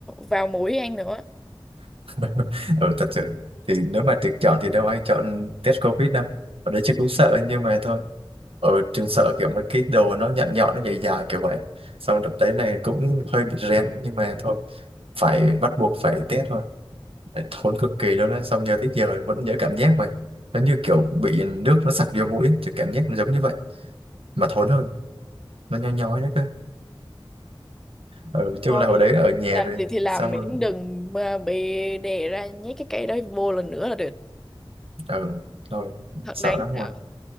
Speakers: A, in the centre; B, on the right.
A: vào mũi An nữa
B: <laughs> ừ, thật sự thì nếu mà được chọn thì đâu ai chọn test covid đâu ở đây chắc cũng sợ nhưng mà thôi ở trường sợ kiểu mấy cái đồ nó nhọn nhọn nó dài dài kiểu vậy xong đợt đấy này cũng hơi bị rén nhưng mà thôi phải bắt buộc phải test thôi thốn cực kỳ luôn á xong nhớ tới giờ vẫn nhớ cảm giác mà nó như kiểu bị nước nó sặc vô mũi thì cảm giác nó giống như vậy mà thốn hơn nó nhói nhói đấy cơ ừ, chung
A: thôi
B: là hồi đấy ở nhà
A: làm
B: rồi
A: gì thì làm
B: xong
A: miễn
B: rồi,
A: đừng mà bị đè ra nhét cái cây đó vô lần nữa là được
B: ừ, thôi
A: thật
B: sợ
A: đáng
B: lắm rồi
A: sợ